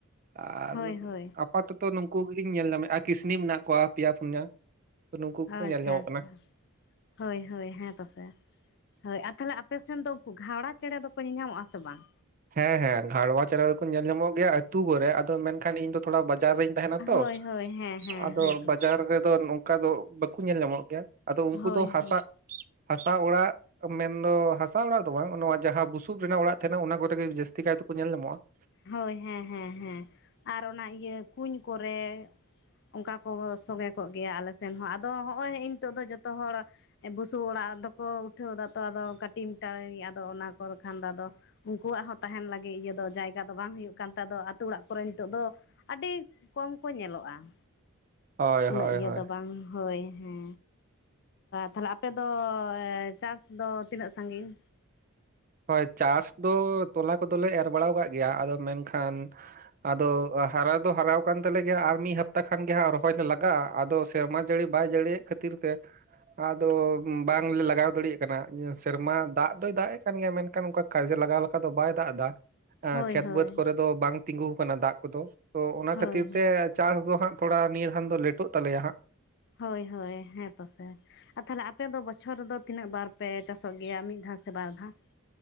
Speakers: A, on the right; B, on the left.
A: ᱟᱨ
B: ᱦᱳᱭ ᱦᱳᱭ
A: ᱼᱼ ᱟᱯᱟᱛᱚᱛᱚ ᱱᱩᱠᱩ ᱠᱚ ᱜᱮᱧ ᱧᱮᱞ ᱧᱟᱢᱮᱫᱼᱟ ᱠᱤᱥᱱᱤ ᱢᱮᱱᱟᱜ ᱠᱚᱣᱟ ᱯᱮᱭᱟ ᱯᱩᱱᱭᱟᱹ ᱛᱚ ᱱᱩᱠᱩ ᱜᱮᱠᱚ
B: ᱟᱪᱪᱷᱟ
A: ᱧᱮᱞ ᱧᱟᱢᱚᱜ
B: ᱟᱪᱪᱷᱟ
A: ᱠᱟᱱᱟ ᱾
B: ᱦᱳᱭ ᱦᱳᱭ ᱦᱮᱸ ᱛᱚ ᱥᱮ ᱾ ᱦᱳᱭ ᱟᱨ ᱛᱟᱦᱚᱞᱮ ᱟᱯᱮ ᱥᱮᱱ ᱫᱚ ᱩᱱᱠᱩ ᱜᱷᱟᱶᱲᱟ ᱪᱮᱬᱮ ᱫᱚ ᱠᱚ ᱧᱮᱞ ᱧᱟᱢᱚᱜᱼᱟ ᱥᱮ ᱵᱟᱝ?
A: ᱦᱮᱸ ᱦᱮᱸ ᱜᱷᱟᱲᱣᱟ ᱪᱮᱸᱬᱮ ᱫᱚᱠᱚ ᱧᱮᱞ ᱧᱟᱢᱚᱜ ᱜᱮᱭᱟ ᱟᱹᱛᱩ ᱠᱚᱨᱮ ᱟᱫᱚ ᱢᱮᱱᱠᱷᱟᱱ ᱤᱧ ᱫᱚ ᱛᱷᱚᱲᱟ ᱵᱟᱡᱟᱨ ᱨᱤᱧ ᱼᱼ ᱛᱟᱦᱮᱱᱟ ᱛᱚ
B: ᱦᱳᱭ ᱦᱳᱭ ᱦᱮᱸ ᱦᱮᱸ
A: ᱟᱫᱚ
B: ᱦᱮᱸ ᱛᱚᱥᱮ
A: ᱵᱟᱡᱟᱨ ᱨᱮᱫᱚ ᱱᱚ <unintelligible> ᱼᱼ ᱚᱱᱠᱟ ᱫᱚ ᱵᱟᱠᱚ ᱧᱮᱞ ᱧᱟᱢᱚᱜ ᱜᱮᱭᱟ ᱟᱫᱚ ᱩᱱᱠᱩ
B: ᱦᱳᱭ
A: ᱫᱚ
B: ᱦᱳᱭ
A: ᱦᱟᱥᱟ <inaudible> ᱦᱟᱥᱟ ᱚᱲᱟᱜ ᱢᱮᱱᱫᱚ ᱦᱟᱥᱟ ᱚᱲᱟᱜ ᱫᱚ ᱵᱟᱝ ᱱᱚᱣᱟ ᱡᱟᱦᱟᱸ ᱵᱩᱥᱩᱵ ᱨᱮᱱᱟᱜ ᱚᱲᱟᱜ ᱛᱟᱦᱮᱱᱟ ᱚᱱᱟ ᱠᱚ ᱡᱟᱹᱥᱛᱤ ᱠᱟᱭ ᱛᱮᱠᱚ ᱧᱮᱞ ᱧᱟᱢᱚᱜᱼᱟ ᱾
B: ᱦᱳᱭ ᱦᱮᱸ ᱦᱮᱸ ᱦᱮᱸ ᱟᱨ ᱚᱱᱟ ᱤᱭᱟᱹ ᱠᱩᱧ ᱠᱚᱨᱮ ᱚᱱᱠᱟ ᱠᱚ ᱥᱚᱸᱜᱮ ᱠᱚᱜ ᱜᱮᱭᱟ ᱟᱞᱮ ᱥᱮᱱ ᱦᱚᱸ ᱟᱫᱚ ᱦᱚᱸᱜᱼᱚᱭ ᱱᱤᱛᱚᱜ ᱫᱚ ᱡᱚᱛᱚ ᱦᱚᱲ ᱵᱩᱥᱩᱵ ᱚᱲᱟᱜ ᱫᱚᱠᱚ ᱩᱴᱷᱟᱹᱣ ᱫᱟᱛᱚ ᱟᱫᱚ ᱴᱤᱢᱴᱟ ᱟᱫᱚ ᱚᱱᱟ ᱠᱚᱨᱮ ᱠᱷᱟᱱ ᱫᱚ ᱟᱫᱚ ᱩᱱᱠᱩᱣᱟᱜ ᱦᱚᱸ ᱛᱟᱦᱮᱱ ᱞᱟᱹᱜᱤᱫ ᱤᱭᱟᱹ ᱫᱚ ᱡᱟᱭᱜᱟ ᱟᱫᱚ ᱵᱟᱝ ᱦᱩᱭᱩᱜ ᱠᱟᱱ ᱛᱮ ᱟᱫᱚ ᱟᱛᱳ ᱚᱲᱟᱜ ᱠᱚᱨᱮ ᱱᱤᱛᱚᱜ ᱫᱚ ᱟᱹᱰᱤ ᱠᱚᱢ ᱠᱚ ᱧᱮᱞᱚᱜᱼᱟ ᱾
A: ᱦᱳᱭ
B: ᱩᱱᱟᱹᱜ
A: ᱦᱳᱭ
B: ᱤᱭᱟᱹ
A: ᱦᱳᱭ
B: ᱫᱚ ᱵᱟᱝ ᱦᱳᱭ ᱦᱮᱸ ᱛᱟᱦᱚᱞᱮ ᱟᱯᱮᱫᱚ ᱪᱟᱥ ᱫᱚ ᱛᱤᱱᱟᱹᱜ ᱥᱟᱺᱜᱤᱧ
A: ᱦᱳᱭ ᱪᱟᱥ ᱫᱚ ᱛᱚᱞᱟ ᱠᱚᱫᱚᱞᱮ ᱮᱨ ᱵᱟᱲᱟ ᱠᱟᱜ ᱜᱮᱭᱟ ᱟᱫᱚ ᱢᱮᱱᱠᱷᱟᱱ ᱟᱫᱚ ᱦᱟᱨᱟ ᱫᱚ ᱦᱟᱨᱟ ᱠᱟᱱ ᱛᱟᱞᱮ ᱜᱮᱭᱟ ᱟᱨ ᱢᱤᱫ ᱦᱟᱯᱛᱟ ᱠᱷᱟᱱ ᱜᱮ ᱦᱟᱸᱜ ᱨᱚᱦᱚᱭ ᱞᱮ ᱞᱟᱜᱟᱜᱼᱟ ᱟᱫᱚ ᱥᱮᱨᱢᱟ ᱡᱟᱹᱲᱤ ᱵᱟᱭ ᱡᱟᱹᱲᱤᱭᱮᱫ ᱠᱷᱟᱹᱛᱤᱨ ᱛᱮ ᱟᱫᱚ ᱵᱟᱝᱞᱮ ᱞᱟᱜᱟᱣ ᱫᱟᱲᱮᱭᱟᱜ ᱠᱟᱱᱟ ᱥᱮᱨᱢᱟ ᱫᱟᱜ ᱫᱚᱭ ᱫᱟᱜ ᱮ ᱠᱟᱱ ᱜᱮᱭᱟ ᱢᱮᱱᱠᱷᱟᱱ ᱚᱱᱠᱟ ᱠᱟᱡᱮ ᱞᱟᱜᱟᱣ ᱞᱮᱠᱟ ᱫᱚ ᱵᱟᱭ ᱫᱟᱜ ᱮᱫᱟ
B: ᱦᱳᱭ
A: ᱠᱷᱮᱛ
B: ᱦᱳᱭ
A: ᱵᱟᱹᱫᱽ ᱠᱚᱨᱮ ᱫᱚ ᱵᱟᱝ ᱛᱤᱸᱜᱩ ᱟᱠᱟᱱᱟ ᱫᱟᱜ ᱠᱚᱫᱚ ᱛᱚ ᱚᱱᱟ
B: ᱦᱳᱭ
A: ᱠᱷᱟᱹᱛᱤᱨ
B: ᱦᱳᱭ
A: ᱛᱮ ᱪᱟᱥ ᱫᱚ ᱦᱟᱸᱜ ᱛᱷᱚᱲᱟ ᱱᱤᱭᱟᱹ ᱫᱷᱟᱱ ᱫᱚ ᱞᱮᱴᱚᱜ ᱛᱟᱞᱮᱭᱟ ᱦᱟᱸᱜ
B: ᱦᱳᱭ ᱦᱳᱭ ᱦᱮᱸ ᱛᱚᱥᱮ ᱟᱨ ᱛᱟᱦᱞᱮ ᱟᱯᱮ ᱫᱚ ᱵᱚᱪᱷᱚᱨ ᱨᱮᱫᱚ ᱛᱤᱱᱟᱹᱜ ᱵᱟᱨ ᱯᱮ ᱪᱟᱥᱚᱜ ᱜᱮᱭᱟ ᱢᱤᱫ ᱫᱷᱟᱣ ᱥᱮ ᱵᱟᱨ ᱫᱷᱟᱣ?